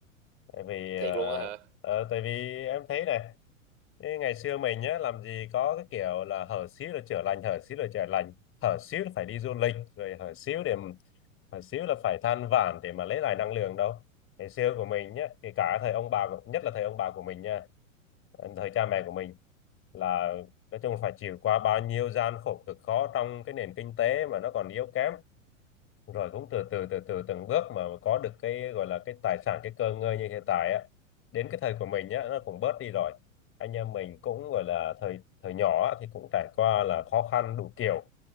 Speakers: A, on the left; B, on the right.
A: tại vì ờ,
B: Thiệt luôn á hả?
A: ờ, tại vì em thấy này cái ngày xưa mình nhá làm gì có cái kiểu là hở xíu là chữa lành hở xíu là chữa lành hở xíu là phải đi du lịch rồi hở xíu để hở xíu là phải than vãn để mà lấy lại năng lượng đâu ngày xưa của mình nhá kể cả thời ông bà của- nhất là thời ông bà của mình nha thời cha mẹ của mình là nói chung là phải chịu qua bao nhiêu gian khổ cực khó trong cái nền kinh tế mà nó còn yếu kém rồi cũng từ từ từ từ từng bước mà có được cái gọi là cái tài sản cái cơ ngơi như hiện tại á đến cái thời của mình nhá nó cũng bớt đi rồi anh em mình cũng gọi là thời thời nhỏ á, thì cũng trải qua là khó khăn đủ kiểu